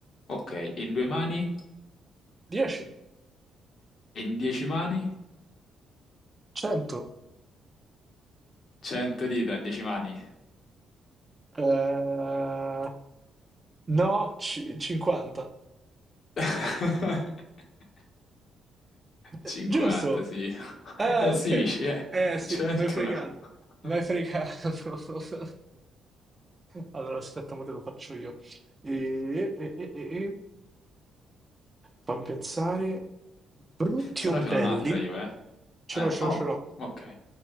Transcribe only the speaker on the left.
ok, in due mani,
e in 10 mani,
100 dita in 10 mani.
<laughs>
50,
sì.
Eh
sì, eh,
100.
<laughs>
Se
no
ce n'ho un'altra io, eh.
Eh,
oh,
ok.